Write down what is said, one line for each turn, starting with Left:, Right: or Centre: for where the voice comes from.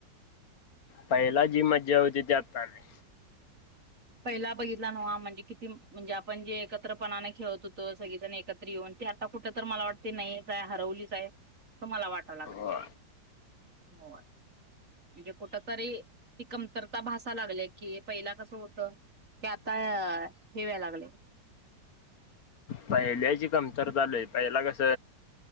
Left: पहिला जी मज्जा होती त्या आत्ता नाय.
Right: पहिला बघितला न म्हणजे किती? म्हणजे आपण जे एकत्रपणाने खेळत होतो सगळेजण एकत्र येऊन.. ते आता कुठ तर मला वाटते नाही काय हरवलीच आहे असं मला वाटाया लागलय.
Left: हो
Right: होय. म्हणजे कुठ तरी ती कमतरता भसाया लागलीये की पहिला कस होत ते आता हे वाय लागले.
Left: पहिल्याची कमतरता लय पहिला कस